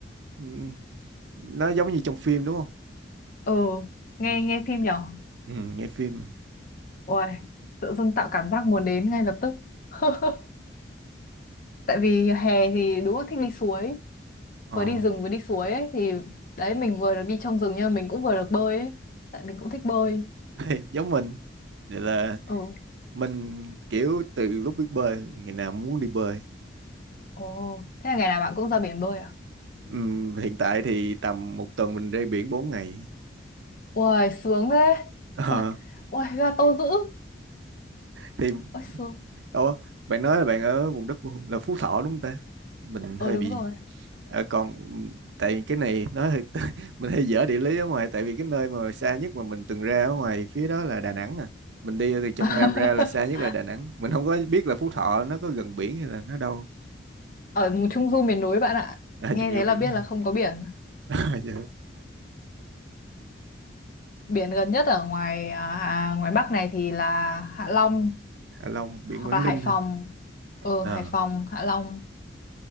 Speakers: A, on the right; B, on the left.
A: ừ, nó giống như trong phim đúng không
B: ừ nghe
A: Ừ.
B: nghe phim nhở
A: ừ, nghe phim mà.
B: ôi tự dưng tạo cảm giác muốn đến ngay lập tức <laughs> tại vì hè thì đúng là thích đi suối
A: ờ
B: vừa đi rừng vừa đi suối ấy thì đấy mình vừa được đi trong rừng nhưng mà mình cũng vừa được bơi ấy tại mình cũng thích bơi
A: <laughs> giống mình vậy là
B: ừ
A: Mình kiểu từ lúc biết bơi ngày nào muốn đi bơi.
B: ồ thế là ngày nào bạn cũng ra biển bơi à
A: Ừm, hiện tại thì tầm một tuần mình ra biển 4 ngày. <laughs>
B: Uầy, sướng thế
A: Ờ,
B: Uầy, uầy, ga tô dữ
A: thì
B: Ôi xương.
A: ồ, bạn nói là bạn ở vùng đất là Phú Thọ đúng không ta? Mình
B: Ờ
A: hơi
B: đúng
A: bị
B: rồi.
A: ờ, còn tại vì cái này nói hơi <laughs> mình hơi dở địa lý ở ngoài tại vì cái nơi mà xa nhất mà mình từng ra ở ngoài phía đó là Đà Nẵng nè. Mình đi từ trong
B: <laughs>
A: Nam ra là xa nhất là Đà Nẵng. Mình không có biết là Phú Thọ nó có gần biển hay là nó đâu.
B: Ở vùng Trung Du miền núi bạn ạ.
A: À,
B: Nghe
A: chung
B: thế
A: vô
B: là
A: mình
B: biết
A: đúng không?
B: là không có biển.
A: <laughs> À, dạ.
B: Biển gần nhất ở ngoài à, à, ngoài Bắc này thì là Hạ Long
A: Hạ Long, biển
B: hoặc
A: Quảng
B: là
A: Ninh.
B: Hải Phòng.
A: hả?
B: Ờ
A: Ờ.
B: Hải Phòng, Hạ Long